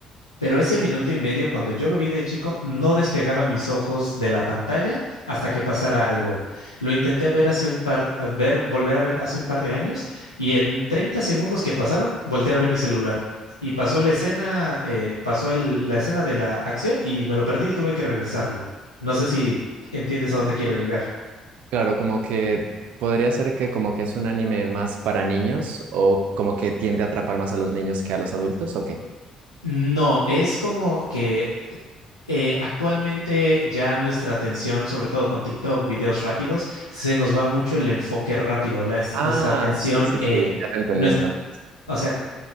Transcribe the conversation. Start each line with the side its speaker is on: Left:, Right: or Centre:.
Left: pero ese minuto y medio, cuando yo lo vi de chico, no despegaba mis ojos de la pantalla hasta que pasara algo. Lo intenté ver hace un par, a ver, volver a ver hace un par de años y en 30 segundos que pasaron, volteé a ver mi celular. Y pasó la escena, eh, pasó el- la escena de la acción y me lo perdí y tuve que regresarlo. No sé si entiendes a dónde quiero llegar.
Right: Claro, como que podría ser que como que es un anime más para niños o como que tiende a atrapar más a los niños que a los adultos, ¿o qué?
Left: No, es como que eh, actualmente ya nuestra atención, sobre todo con TikTok, videos rápidos, se nos va mucho el enfoque rápido, la, es-
Right: Ah,
Left: nuestra atención,
Right: sí, sí,
Left: eh,
Right: sí, ya te entendí
Left: no es-
Right: entonces.
Left: o sea,